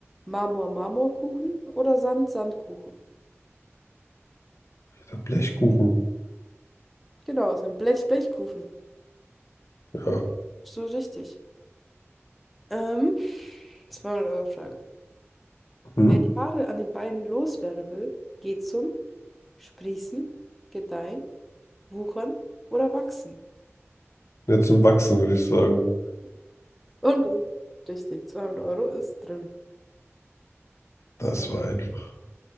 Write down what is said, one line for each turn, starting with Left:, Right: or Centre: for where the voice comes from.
Centre: Marmor Marmorkuchen oder Sand Sandkuchen.
Left: Der Blechkuchen.
Centre: Genau, ist ein Blech Blechkuchen.
Left: Ja.
Centre: Absolut richtig. Ähm, 200-Euro-Frage.
Left: Hm?
Centre: Wer die Nadel an den Beinen loswerden will, geht zum sprießen, gedeihen, wuchern oder wachsen.
Left: Jetzt zum Wachsen, würde ich sagen.
Centre: Und das ist richtig, 200 Euro ist drin.
Left: Das
Centre: So.
Left: war einfach.